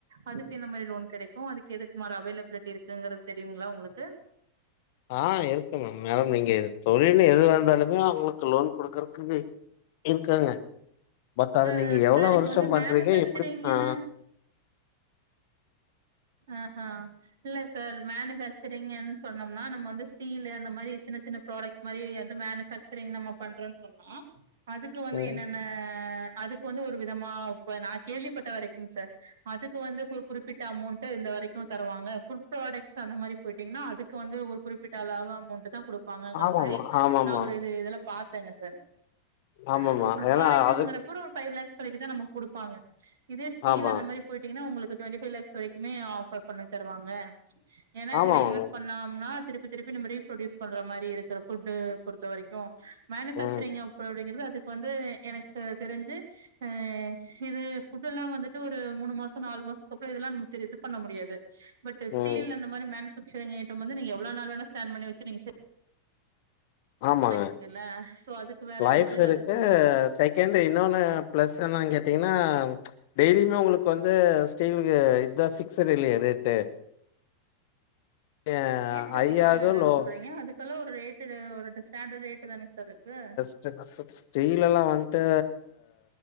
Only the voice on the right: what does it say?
அதுக்கு இந்த மாரி லோன் கெடைக் கோ அதுக்கு எதுக்கு மாரா அவைலபிலிட்டி இருக்குங்கிறது தெரியுங்ளா உங்ளுக்கு
ஆ
சார் இப்ப
வந்து
மேனுஃபேக்சரிங்ன்னு
அஹா இல்ல சார் மேனுஃபேக்ச்சரிங் எண் சொன்னோம்னா நம்ம வந்து ஸ்டீல் அந்த மாரி சின்ன சின்ன ப்ராடக்ட் மாரி அது மேனுஃபாக்ச்சரிங் நம்ம பண்றோன்னு சொன்னா அதுக்கு வந்து
என்னன் ஆ அதுக்கு வந்து ஒரு விதமா ப்ப நா கேள்விப்பட்ட வரைக்குங் சார் அதுக்கு வந்து குறு குறிப்பிட்ட அமௌண்ட் ட்டு இந்த வரைக்கு தருவாங்க ஃபுட் ப்ராடக்ட்ஸ் அந்த மாறி போயிடிங்ன்னா அதுக்கு வந்து ஒரு குறிப்பிட்ட அளவ அமௌண்ட் தா குடு ப்பாங்கங்கற
மாறி
நா ஒரு இது இதுல பாத்தங்க சார்
இப்ப ஃபுட்
ப்ராடக்ட்ஸ்ங்கறப்ப
ஒரு ஃபைவ் லாக்ஸ் வரைக்கு தா நமக்கு குடுப்பங்க இதே ஸ்டீல்
அந்த மாறி போயிட்டீங்கன்னா உங்களுக்கு டுவெண்ட்டி ஃபைவ் லக்ஸ் வரை யுமே ஆஃபர் பண்ணி தருவாங்க ஏன்னா
இதுல இன்வெஸ் பண்ணாம்னா திருப் பித் திருப்பி நம்ம ரீப்ரொடியூஸ் பண்ற மாறி இருக்கிற ஃபுட்டு பொறுத்த வரைக்கோ மேனுஃபேக்ச்சரிங்
ஆப்அப்டிங்கறது அதுக்கு வந்து எனக்கு தெரிஞ்சு அ இது ஃபுட்டுல்லா வந்துட்டு ஒரு மூணு மாசோ நாலு மாசத்துக்குப்றோ இதெல்லா நம்ம இது பண்ண முடியாது பட்
ஸ்டீல் அந்த மாறி மேனு ஃபேக்ச்சரிங் ஐட்டம் வந்து நீங்க எவ்ளோ நாள் வேணா ஸ்டான் பண்ணி வச்சு நீங்க சே
இருக்குல்ல சோ அதுக்கு வேற
இது
அதுக்கு இது வேற
ஏ சார்
ஃபிக்ஸட் இல்லன்னு
சொல்றீங்க அதுக்கெல்லா ஒரு ரேட்டு ஒரு ஸ்டாண்டர்ட் ரேட்டு தான சார் இருக்கு